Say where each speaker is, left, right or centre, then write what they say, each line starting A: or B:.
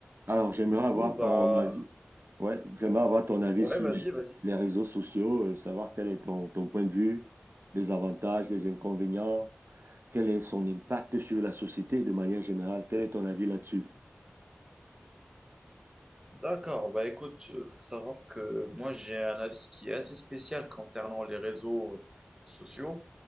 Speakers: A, on the right (about 55°); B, on the right (about 15°).
A: Alors, j'aimerais
B: Du coup,
A: avoir
B: bah,
A: ton avis. Ouais, j'aimerais avoir ton avis
B: ouais,
A: sur
B: vas-y, vas-y.
A: les, les réseaux sociaux, euh, savoir quel est ton, ton point de vue, les avantages, les inconvénients, quel est son impact sur la société de manière générale. Quel est ton avis là-dessus?
B: D'accord, bah écoute, euh, faut savoir que moi j'ai un avis qui est assez spécial concernant les réseaux euh, sociaux.